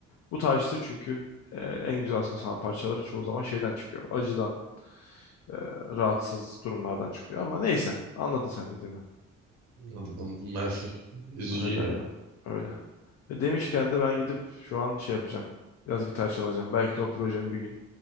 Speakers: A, on the left (about 60°); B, on the right (about 65°).
A: bu tarihtir çünkü e, en güzel aslında sanat parçaları çoğu zaman şeyden çıkıyor. Acıdan, e, rahatsız durumlardan çıkıyor ama neyse anladın sen dediğimi.
B: Anladım. Maalesef üzücü
A: Öyle öyle
B: ya.
A: öyle. Ve demişken de ben gidip şu an şey yapacağım. Biraz gitar çalacağım. Belki de o projemi bir gün